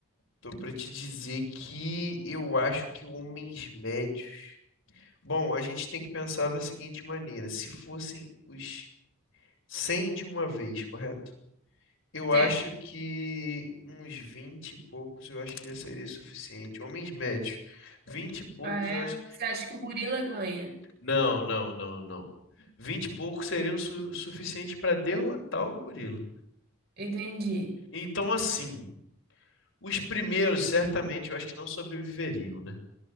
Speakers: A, on the left; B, on the right.
A: Tô pra te dizer que eu acho que homens médios. Bom, a gente tem que pensar da seguinte maneira: se fossem os 100 de uma vez, correto? Eu
B: Certo.
A: acho que uns 20 e poucos eu acho que já seria suficiente. Homens médios, 20 e poucos
B: Ah, é?
A: eu acho.
B: Você acha que o gorila ganha?
A: Não, não, não, não. Vinte e poucos seriam su suficientes para derrotar o gorila.
B: Entendi.
A: Então, assim, os primeiros certamente eu acho que não sobreviveriam, né?